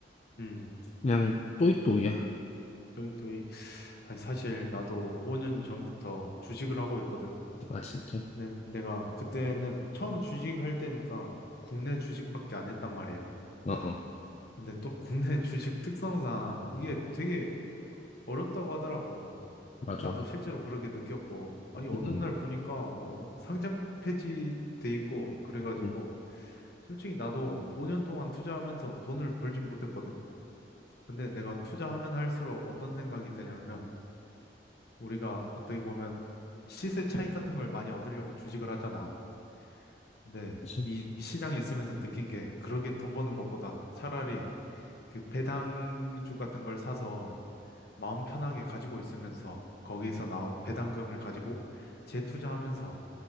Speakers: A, on the left; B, on the left.
A: 음.
B: 그냥 또이또이야.
A: 또이 또이 아니 사실 나도 5년 전부터 주식을 하고 있거든.
B: 아, 진짜?
A: 내, 내가 그때는 처음 주식할 때니까 국내 주식밖에 안 했단 말이야.
B: 어, 어,
A: 근데 또 국내 <laughs> 주식 특성상 이게 되게 어렵다고 하더라고.
B: 맞아,
A: 그 나도
B: 맞아.
A: 실제로 그렇게 느꼈고. 아니 어느
B: 응,
A: 날 보니까 어, 상장 폐지돼 있고 그래가지고
B: 응.
A: 솔직히 나도 5년 동안 투자하면서 돈을 벌진 못했거든. 근데 내가 투자하면 할수록 어떤 생각이 드냐면 우리가 어떻게 보면 시세 차익 같은 걸 많이 얻으려고 주식을 하잖아. 근데
B: 그치?
A: 이 시장에 있으면서 느낀 게 그렇게 돈 버는 것보다 차라리 그 배당주 같은 걸 사서 마음 편하게 가지고 있으면서 거기서 나온 배당금을 가지고 재투자하면서